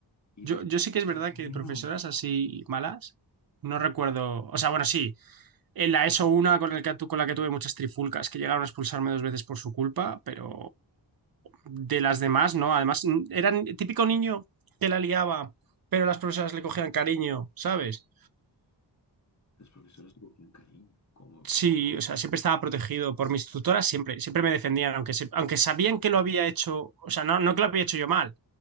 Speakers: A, on the left; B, on the right.
A: Y
B: Yo,
A: nos decían,
B: yo sé que es verdad
A: "Tres morenos".
B: que profesoras así malas, no recuerdo. O sea, bueno, sí, En la ESO una con, el que, tu- con la que tuve muchas trifulcas, que llegaron a expulsarme dos veces por su culpa, pero de las demás, ¿no? Además, n- era el típico niño que la liaba, pero las profesoras le cogían cariño, ¿sabes?
A: Los profesores te cogían cariño. como
B: Sí, o sea, siempre estaba protegido por mis tutoras, siempre, siempre me defendían, aunque, se- aunque sabían que lo había hecho, o sea, no, no que lo había hecho yo mal,